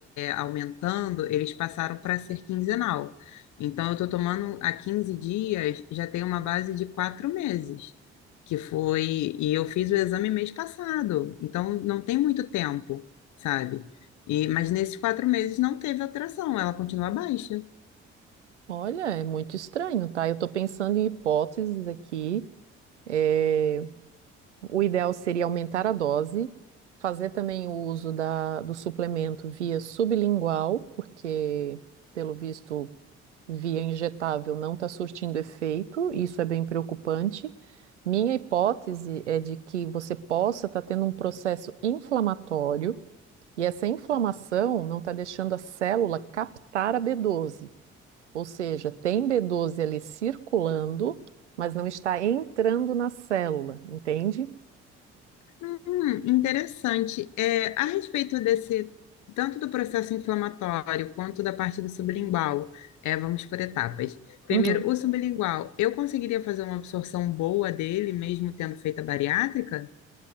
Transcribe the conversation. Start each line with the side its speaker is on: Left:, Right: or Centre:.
Left: aumentando, eles passaram para ser quinzenal. Então, eu estou tomando há 15 dias, já tem uma base de quatro meses, que foi. E eu fiz o exame mês passado, então não tem muito tempo, sabe? E, mas nesses quatro meses não teve alteração, ela continua baixa.
Right: Olha, é muito estranho, tá? Eu estou pensando em hipóteses aqui. É, o ideal seria aumentar a dose, fazer também o uso da, do suplemento via sublingual, porque, pelo visto, via injetável não está surtindo efeito, isso é bem preocupante. Minha hipótese é de que você possa estar tendo um processo inflamatório, e essa inflamação não está deixando a célula captar a B12. Ou seja, tem B12 ali circulando, mas não está entrando na célula, entende?
Left: Hum, interessante. É, a respeito desse, tanto do processo inflamatório quanto da parte do sublingual, é, vamos por etapas. Primeiro,
Right: Uhum.
Left: o sublingual, eu conseguiria fazer uma absorção boa dele, mesmo tendo feito a bariátrica?